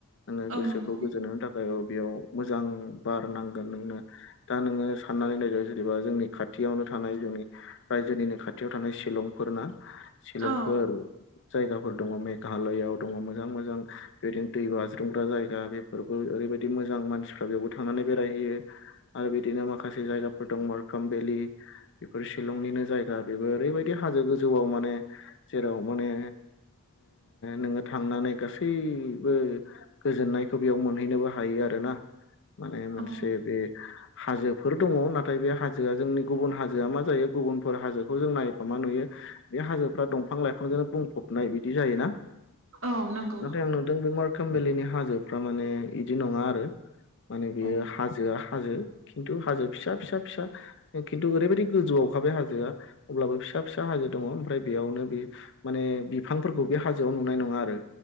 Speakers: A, on the left (about 55°); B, on the right (about 65°).
A: नोङै
B: औ
A: गोसोखौ
B: नंगौ
A: गोजोननायनि थाखाय औ बेयाव मोजां बार नांगोन नोंनो दा नोङो साननानै नायदो जेनेबा जोंनि खाथियावनो थानाय जोंनि रायजोनिनो खाथियाव थानाय शिलंफोर ना शिलंफोर
B: औ
A: जायगाफोर दङ मेघालयाव दङ मोजां मोजां बेबायदिनो दै बाज्रुमग्रा जायगा बेफोरबो ओरै बेबायदि मोजां मानसिफ्रा बेयावबो थांनानै बेरायहैयो आरो बिदिनो माखासे जायगाफोर दं मारखाम भेलि बेफोर शिलंनिनो जायगा बेबो ओरैबायदि हाजो गोजौआव माने जेराव माने नोङो थांनानै गासैबो गोजोननायखौ बेयाव मोनहैनोबो हायो आरो ना माने मोनसे
B: औ
A: बे हाजोफोर दङ नाथाय बे हाजोआ जोंनि गुबुन हाजोआ मा जायो गुबुनफोर हाजोखौ जों नायोबा मा नुयो बे हाजोफ्रा दंफां लाइफांजोंनो बुंफब सनाय बिदि जायोना।
B: औ नंगौ
A: नाथाय आं नुदों बे मारखाम बेलिनि हाजोफ्रा माने बिदि नङा आरो। माने बेयो
B: औ
A: हाजोआ हाजो खिन्थु हाजो फिसा फिसा फिसा खिन्थु ओरैबायाददि गोजौआवखाबाय हाजोआ अब्लाबो फिसा फिसा हाजो दङ ओमफ्राय बेयावनो बे माने बिफांफोरखौ बे हाजोआव नुनाय नङा आरो